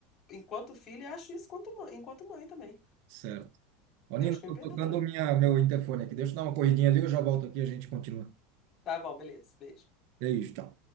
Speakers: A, on the left; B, on the right.
A: enquanto filho e acho isso enquanto mãe, enquanto mãe também.
B: Certo. Ô,
A: Deus
B: Nina,
A: que
B: tô
A: me perdoe.
B: tocando minha, meu interfone aqui. Deixa eu dar uma corridinha ali, eu já volto aqui e a gente continua.
A: Tá bom, beleza. Beijo.
B: É isso, tchau.